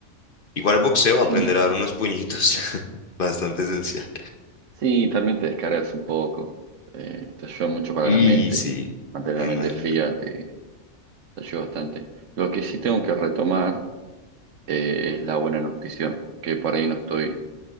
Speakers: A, on the left (about 50°); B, on the right (about 70°).
A: Igual boxeo,
B: Sí,
A: aprender a dar unos puñitos, <laughs> bastante esencial.
B: sí, también te descargas un poco. eh, te ayuda mucho para
A: Y
B: la mente.
A: sí,
B: Mantener
A: me
B: la mente
A: imagino.
B: fría te, te ayuda bastante. Lo que sí tengo que retomar eh, es la buena nutrición, que por ahí no estoy.